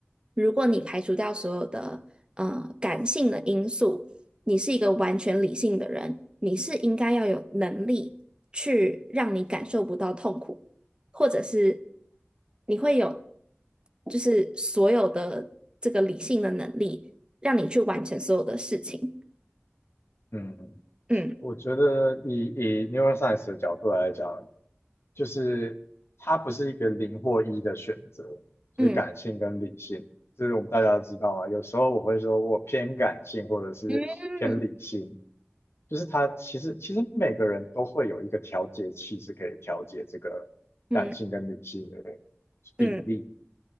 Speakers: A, on the right; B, on the left.
A: 如果你排除掉所有的呃感性的因素，你是一个完全理性的人，你是应该要有能力去让你感受不到痛苦。或者是你会有，就是所有的这个理性的能力，让你去完成所有的事情。
B: 嗯
A: 嗯
B: 我觉得以以 neuroscience 的角度来讲，就是它不是一个零或一的选择，就是感性跟理性，
A: 嗯
B: 这是我们大家都知道嘛。有时候我会说我偏感性或者是偏理性，
A: 嗯
B: 就是他其实其实每个人都会有一个调节器，是可以调节这个感性跟理性的
A: 嗯嗯
B: 比例，